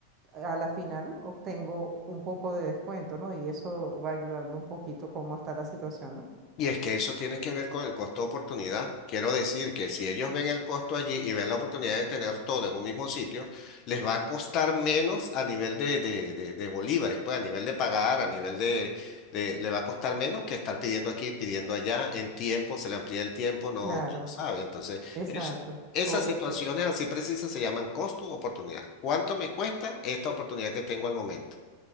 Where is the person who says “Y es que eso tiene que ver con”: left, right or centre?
Left